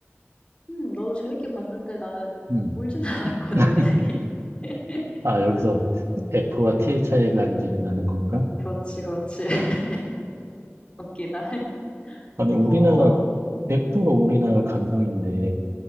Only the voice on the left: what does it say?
음 나도 재밌게 봤는데 나는
울진 않았거든.
<laughs>
음.
그렇지, 그렇지. <laughs> 웃기다. <laughs>
어안 음음.